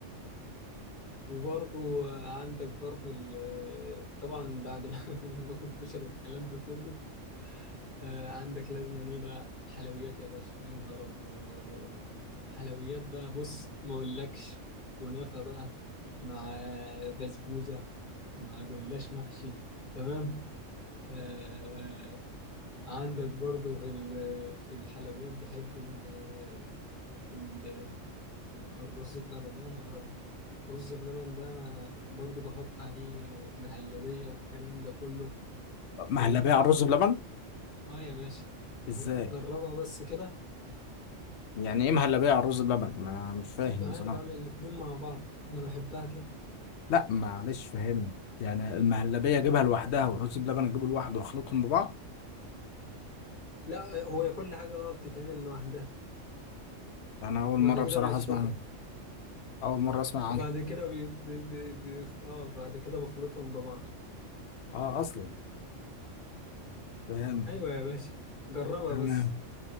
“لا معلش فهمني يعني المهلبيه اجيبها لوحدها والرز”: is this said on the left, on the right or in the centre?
Left